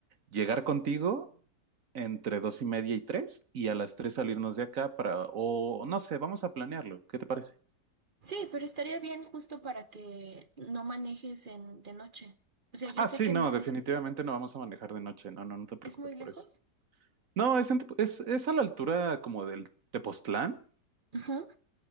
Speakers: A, on the right; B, on the right.
A: llegar contigo entre dos y media y tres, y a las tres salirnos de acá para, o no sé, vamos a planearlo. ¿Qué te parece?
B: Sí, pero estaría bien justo para que no manejes en, de noche. O sea, yo
A: Ah,
B: sé
A: sí,
B: que
A: no,
B: no
A: definitivamente
B: es,
A: no vamos a manejar de noche. No, no, no te preocupes
B: es muy
A: por
B: lejos.
A: eso. No, es, en Tepo- es, es a la altura como del Tepoztlán.
B: Ujú.